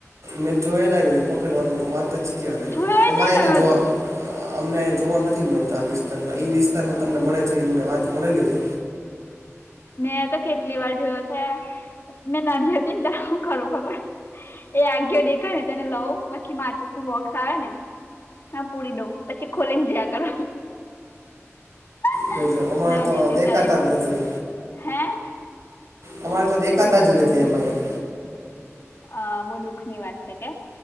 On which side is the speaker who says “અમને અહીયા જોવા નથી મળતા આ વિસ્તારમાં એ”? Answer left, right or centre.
Right